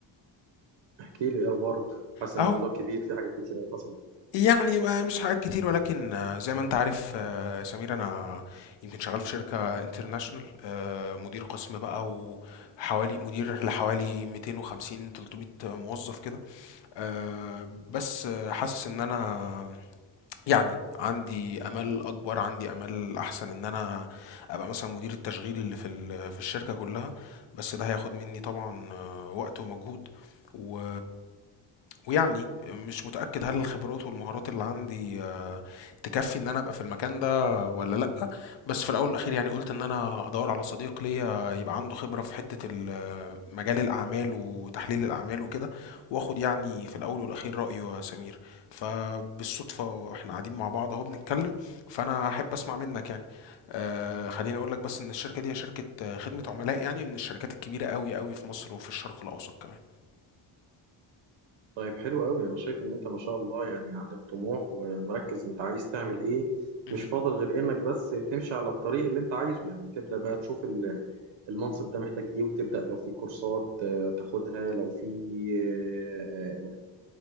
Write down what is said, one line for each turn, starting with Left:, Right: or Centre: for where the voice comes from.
Right: احكي لي ايه اخبارك حاسس
Left: اهو
Right: الموضوع كبير في حاجات كتير قوي حصلت
Left: يعني ما مش حاجات كتير ولكن آه، زي ما انت عارف آه، سمير انا يمكن شغال في شركة انترناشونال مدير قسم بقى وحوالي مدير لحوالي 250 300 موظف كده آه، بس آه، حاسس ان انا يعني عندي امل اكبر عندي امل احسن ان انا ابقى مثلا مدير التشغيل اللي في ال- في الشركه كلها بس ده هياخد مني طبعا آه، وقت ومجهود و ويعني مش متاكد هل الخبرات والمهارات اللي عندي آه، تكفي ان انا ابقى في المكان ده ولا لا بس في الاول والاخير يعني قلت ان انا ادور على صديق ليا يبقى عنده خبره في حته ال- مجال الاعمال وتحليل الاعمال وكده واخد يعني في الاول والاخير رايه يا سمير فبالصدفة احنا قاعدين مع بعض اهو بنتكلم فانا احب اسمع منك يعني آه خليني اقول لك بس ان الشركة دي هي شركة آه، خدمة عملاء يعني من الشركات الكبيرة قوي قوي في مصر وفي الشرق الاوسط كمان
Right: طيب حلو قوي انا شايف ان انت ما شاء الله يعني عندك طموح ومركز انت عايز تعمل ايه
Left: مهم.
Right: مش فاضل غير انك بس تمشي على الطريق اللي انت عايزه يعني تبدا بقى تشوف ال- المنصب ده محتاج ايه وتبدا لو في كورسات آه، تاخدها لو في آه،